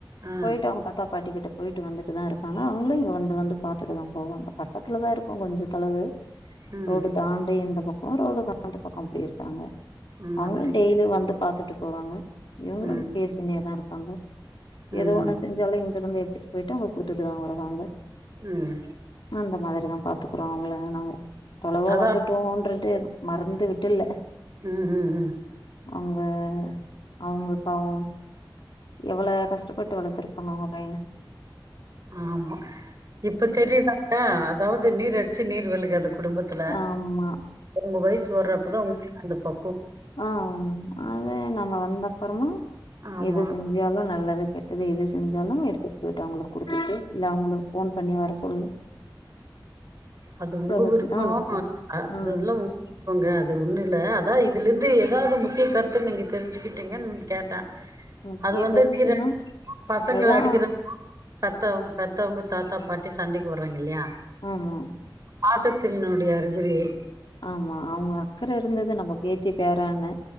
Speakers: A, on the right; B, on the left.
A: ஆ
B: போயிட்டு அவுங்க தாத்தா பாட்டிகிட்ட போயிட்டு வந்துட்டுதான் இருக்குங்க அவுங்களும் இங்க வந்து வந்து பாத் துடுதான் போவோம் பக்கத்துல தான் இருக்கும் கொஞ்சம் தளவு
A: ம்
B: ரோடு தாண்டி இந்த பக் போ ரோடுக்கு அந்த பக்கம் அப்படி இருக்காங்க
A: ம்
B: அவுங்களும்
A: அப்டிங்
B: டெய்லி வந்து பாத்துட்டு போவாங்க இவங்களும்
A: ம்
B: பேசினுதான் இருப்பாங்க
A: ம்
B: எது ஒண்ணு செஞ்சாலு இங் அது நம்ம எடுத்துட்டு போயிட்டு அவுங்க கொடுத்துட்டுதா வருவாங்க
A: ம்
B: அந்த மாதிரிதா பாத்துக்குறோ அவுங்கள நாங்க தொலவா
A: அதா
B: வந்துட்டோம்ன்ற <unintelligible> விட்டு மறந்து விட்டுல
A: ம் ம் ம்
B: அவுங்க அவுங்க பாவோ எவ்ளோ கஷ்டப்பட்டு வளர்த்துருப்பாங்க அவுங்க பைய்யன
A: ஆமா இப்ப தெரிதா அதாவ்து நீர் அடிச்சு நீர் வெலுகாது குடும்பத்துல
B: ஆமாம்
A: உங்க வயசு போறப்பதா உங்ளுக் அந்த இப்போ
B: ஆ அது நம்ம வந்தப்றமா
A: ஆமா
B: எது செஞ்சாலு நல்லது எட்டுது எது செஞ்சாலு எடுத் எடுத்துட்டு போயிட்டு அவுங்களுக் குடுத்துட்டு இல்ல அவுங்களுக்கு ஃபோன் பண்ணி வர சொல்லு
A: அது உங்க
B: வச்சுதான்
A: விருப்போ
B: அனுப்புவோம்.
A: அது
B: ம்.
A: அதெல்லா விருப்பங்க அது ஒண்ணு இல்ல அதா இதுல இருந்து ஏதாவ்து முக்கிய கருத்து நீங்க தெரிஞ்சுக்கிட்டிங்கன்னு கேட்டா
B: முக்கிய
A: அது வந்து
B: கருத்துன்னா
A: நீர் பசங்க
B: அதுதான்
A: அடிக்கிற பெத்தவங் பெத்தவங்க தாத்தா பாட்டி சண்டைக்கு வர்றாங்கே இல்லயா
B: ஆமா
A: பாசத்தின்னுடைய அறிகுறி
B: ஆமா. அவங்க அக்கறை இருந்தது நம்ம பேத்தி பேரான்னு